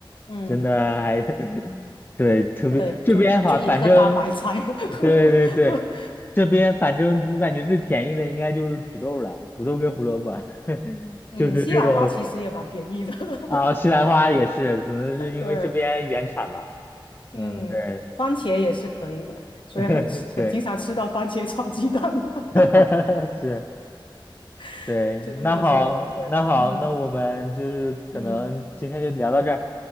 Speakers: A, on the left; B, on the left.
A: 嗯，
B: 真的还 <laughs> 对特别这边哈，
A: 对，就就一颗大白菜。
B: 反正
A: <laughs>
B: 对对对，这边反正我感觉最便宜的应该就是土豆了，土豆跟胡萝卜，<laughs>
A: 嗯，
B: 就是那种
A: 西兰花其实也蛮便宜的，<laughs>
B: 啊西兰花也是，可能是因为这边原产吧，
A: 对，
B: 嗯对
A: 嗯，番茄也是可以的，所以很吃很经常吃到番茄炒鸡蛋
B: <laughs> 对，<laughs>
A: 啊，
B: 是。
A: <laughs>
B: 对，
A: 真的是，
B: 那好，
A: 对，
B: 那好，
A: 嗯
B: 那我们就是可能今天就聊到这儿
A: 嗯，